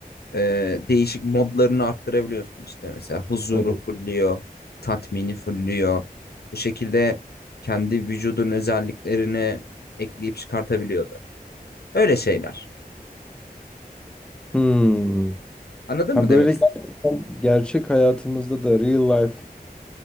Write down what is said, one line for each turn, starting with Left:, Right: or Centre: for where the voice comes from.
Left: e, değişik modlarını arttırabiliyorsun işte mesela huzuru
Centre: Evet.
Left: fulluyor, tatmini fulluyor. Bu şekilde kendi vücudun özelliklerini ekleyip çıkartabiliyordu. Öyle şeyler.
Centre: Hmm.
Left: Anladın
Centre: Ha
Left: mı demek
Centre: böyle
Left: istedim?
Centre: gerçekten gerçek hayatımızda da real life'da